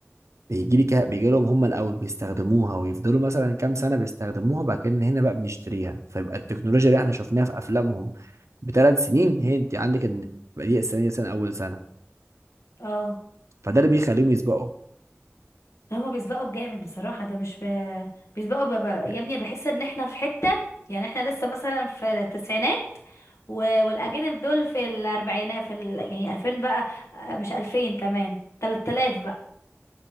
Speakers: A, on the right; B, on the left.
A: بيجي لي كا- بيجي لهم هم الاول بيستخدموها ويفضلوا مثلا كام سنه بيستخدموها بعد كده إن هنا بقى بنشتريها فيبقى التكنولوجيا اللي احنا شفناها في افلامهم بثلاث سنين هي انت عندك ان بقى دي السنه دي سنه اول سنه
B: اه
A: فده اللي بيخليهم يسبقوا
B: ده هما بيسبقوا بجامد بصراحه ده مش ب... بيسبقوا ب... ب... يا
A: يعني
B: ابني بحس ان احنا في حته يعني احنا لسه مثلا في التسعينات و... والاجانب دول في الاربعينات في ال... يعني 2000 بقى آه، مش 2000 كمان 3000 بقى